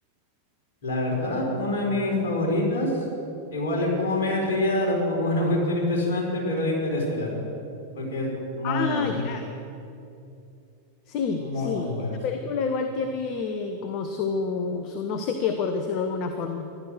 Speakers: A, on the left (about 55°); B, on the left (about 40°).
A: La verdad, una de mis favoritas, igual
B: ¿Mm?
A: es como media trillada, tampoco es una cuestión impresionante, pero es Interestelar. porque es muy,
B: Ah,
A: muy, muy,
B: ya,
A: bu-
B: sí,
A: muy,
B: sí.
A: muy buena,
B: Esta
A: sí.
B: película igual tiene como su, su no sé qué, por decirlo de alguna forma.